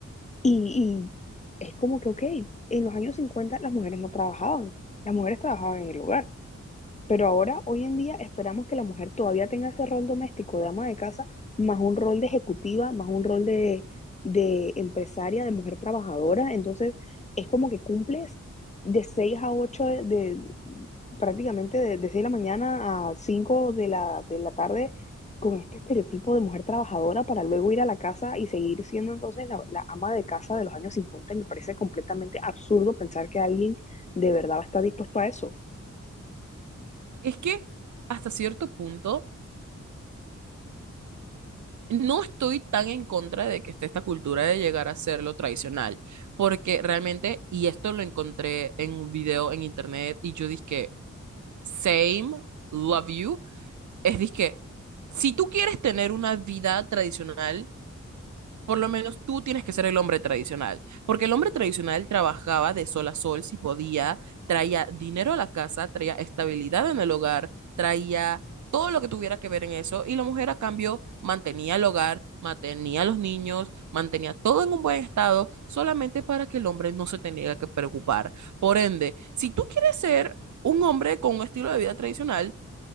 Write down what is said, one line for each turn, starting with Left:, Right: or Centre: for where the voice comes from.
Left: Y, y es como que, ok, en los años 50 las mujeres no trabajaban, las mujeres trabajaban en el hogar. Pero ahora, hoy en día, esperamos que la mujer todavía tenga ese rol doméstico de ama de casa, más un rol de ejecutiva, más un rol de, de empresaria, de mujer trabajadora. Entonces, es como que cumples de 6 a 8 de, de- prácticamente de, de 6 de la mañana a 5 de la, de la tarde con este estereotipo de mujer trabajadora para luego ir a la casa y seguir siendo entonces la, la ama de casa de los años cincuenta Me parece completamente absurdo pensar que alguien de verdad va a estar dispuesto a eso.
Right: Es que hasta cierto punto No estoy tan en contra de que esté esta cultura de llegar a ser lo tradicional, porque realmente, y esto lo encontré en un video en internet, y yo dije, same, love you, es dizque, si tú quieres tener una vida tradicional, por lo menos tú tienes que ser el hombre tradicional, porque el hombre tradicional trabajaba de sol a sol si podía, traía dinero a la casa, traía estabilidad en el hogar, traía todo lo que tuviera que ver en eso, y la mujer a cambio mantenía el hogar, mantenía a los niños, mantenía todo en un buen estado, solamente para que el hombre no se tenga que preocupar. Por ende, si tú quieres ser un hombre con un estilo de vida tradicional,